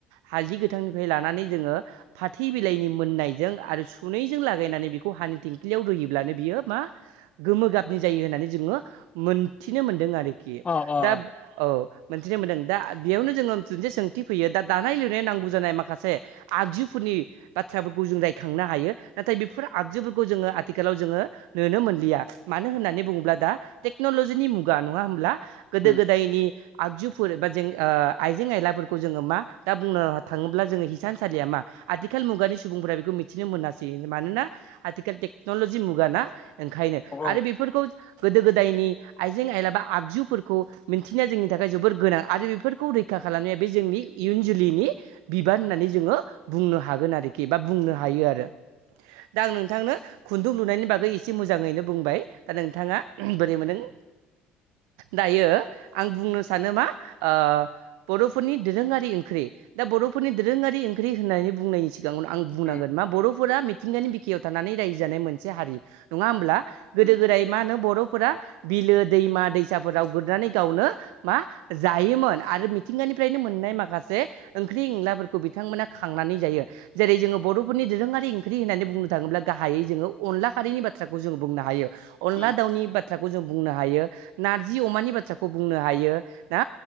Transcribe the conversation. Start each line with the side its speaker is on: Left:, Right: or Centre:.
Right: हालदि गोथांनिफ्राय लानानै जोङो फाथि बिलाइनि मोननायजों आरो सुनैजों लागायनानै बेखौ हानि थिंख्लियाव रुयोब्लानो बियो मा गोमो गाबनि जायो होननानै जोङो मोनथिनो मोनदों आरोखि।
Left: अ अ
Right: दा
Left: अ
Right: औ। मोनथिनो मोनदों। दा बेयावनो जोङो मोनसे सोंथि फैयो दा दानाय लुनाय नांगौ जानाय माखासे आगजु फोरनि बाथ्राफोरखौ जों रायखांनो हायो। नाथाय बेफोर आगजुफोरखौ जोङो आथिखालाव जोङो नुनो मोनलिया। मानो होननानै बुङोब्ला दा टेक्न'लजिनि मुगा, नङा होमब्ला? गोदो
Left: उम
Right: गोदायनि आगजुफोर एबा जें ओ आइजें आइलाफोरखौ जोङो मा दा बुंनो थाङोब्ला जोङो हिसानसालिया मा आथिखाल मुगानि सुबुंफोरा बेखौ मिथिनो मोनासि। मानोना आथिखाल टेक्न'लजि मुगा ना ओंखायनो।
Left: औ
Right: आरो बेफोरखौ गोदो गोदायनि आइजें आइलाबा आगजुफोरखौ मिन्थिनाया जोंनि थाखाय जोबोर गोनां। आरो बेफोरखौ रैखा खा खालामनाया बे जोंनि इयुन जोलैनि बिबान होननानै जोङो बुंनो हागोन आरोखि बा बुंनो हायो आरो। दा आं नोंथांनो खुन्दुं लुनायनि बागै एसे मोजाङैनो बुंबाय। दा नोंथाङा बोरै मोनदों दायो आं बुंनो सानो मा ओ बर'फोरनि दोरोङारि ओंख्रि दा बर'फोरनि दोरोङारि ओं ओंख्रि होननानै बुंनायनि सिगाङावनो आं बुंनांगोन
Left: उम
Right: मा बर'फोरा मिथिंगानि बिखायाव थानानै रायजो जानाय मोनसे हारि नङा होमब्ला गोदो
Left: उम
Right: गोदाय मा होनो बर'फोरा, बिलो दैमा दैसाफोराव गुरनानै गावनो, मा जायोमोन आरो मिथिंगानिफ्रायनो मोननाय माखासे ओंख्रि एंलाफोरखौ बिथांमोना, खांनानै जायो। जेरै जोङो बर'फोरनि दोरोङारि ओंख्रि होननानै बुंनो थाङोब्ला गाहायै जोङो अनला खारैनि बाथ्राखौ जोङो बुंनो हायो। अनला
Left: उम
Right: दाउनि बाथ्राखौ जों बुंनो हायो नारजि अमानि बाथ्राखौ बुंनो हायो। ना